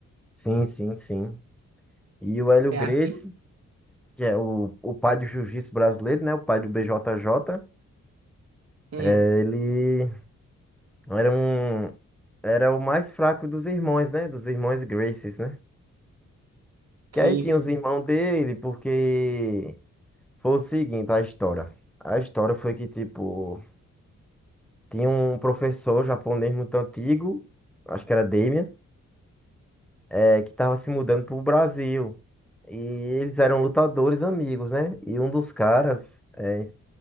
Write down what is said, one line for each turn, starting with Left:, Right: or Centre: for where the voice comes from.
Centre: Sim, sim, sim. E o Hélio
Right: É
Centre: Gracie.
Right: assim?
Centre: que é o, o pai do jiu-jitsu brasileiro, né? O pai do BJJ.
Right: Hum,
Centre: É, ele era um, era o mais fraco dos irmãos, né? Dos irmãos Gracies, né? Que
Right: sim,
Centre: aí tinha
Right: sim.
Centre: os irmãos dele, porque foi o seguinte, a história. A história foi que, tipo, tinha um professor japonês muito antigo, acho que era Damien, é, que tava se mudando pro Brasil. E eles eram lutadores amigos, né? E um dos caras é